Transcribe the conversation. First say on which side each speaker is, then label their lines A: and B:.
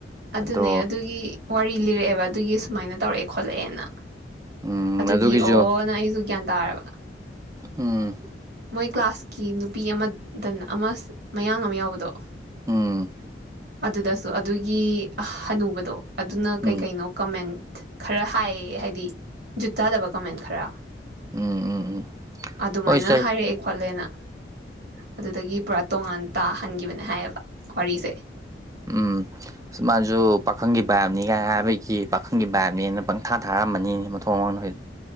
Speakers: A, on the right; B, on the right.
A: ꯑꯗꯨꯅꯦ
B: ꯑꯗꯣ
A: ꯑꯗꯨꯒꯤ ꯋꯥꯔꯤ ꯂꯤꯔꯛꯑꯦꯕ ꯑꯗꯨꯒꯤ ꯁꯨꯃꯥꯏꯅ ꯇꯧꯔꯛꯑꯦ ꯈꯣꯠꯂꯛꯑꯦꯅ
B: ꯎꯝ
A: ꯑꯗꯨꯒꯤ
B: ꯑꯗꯨꯒꯤꯁꯨ
A: ꯑꯣ ꯅꯪ ꯑꯩꯁꯨ ꯒ꯭ꯌꯥꯟ ꯇꯥꯔꯕ
B: ꯎꯝ
A: ꯃꯣꯏ ꯀ꯭ꯂꯥꯁꯀꯤ ꯅꯨꯄꯤ ꯑꯃꯗꯟ ꯑꯃ ꯃꯌꯥꯡ ꯑꯃ ꯌꯥꯎꯕꯗꯣ
B: ꯎꯝ
A: ꯑꯗꯨꯗꯁꯨ ꯑꯗꯨꯒꯤ ꯑꯅꯨꯕꯗꯣ ꯑꯗꯨꯅ
B: ꯎꯝ
A: ꯀꯩꯀꯩꯅꯣ ꯀꯃꯦꯟ ꯈꯔ ꯍꯥꯏꯌꯦ ꯍꯥꯏꯗꯤ ꯖꯨꯠ ꯇꯥꯗꯕ ꯀꯃꯦꯟ ꯈꯔ
B: ꯎꯝ ꯎꯝ ꯎꯝ
A: ꯑꯗꯨꯃꯥꯏꯅ
B: ꯍꯣꯏ ꯆꯍꯤ
A: ꯍꯥꯏꯔꯛꯑꯦ ꯈꯣꯠꯂꯦꯅ ꯑꯗꯨꯗꯒꯤ ꯄꯨꯔꯥ ꯇꯣꯉꯥꯟ ꯇꯥꯍꯟꯈꯤꯕꯅꯦ ꯍꯥꯏꯌꯦꯕ ꯋꯥꯔꯤꯁꯦ
B: ꯎꯝ ꯁꯨꯃꯅꯁꯨ ꯄꯥꯈꯪꯒꯤ ꯕꯥꯏꯞꯅꯤꯒꯥꯏ ꯍꯥꯏꯕꯒꯤ ꯄꯥꯈꯪꯒꯤ ꯕꯥꯏꯞꯅꯦꯅ ꯄꯪꯊꯥ ꯊꯥꯔꯛꯝꯃꯅꯤꯅꯤ ꯃꯊꯣꯡ ꯃꯉꯥꯡꯗꯣꯏꯗ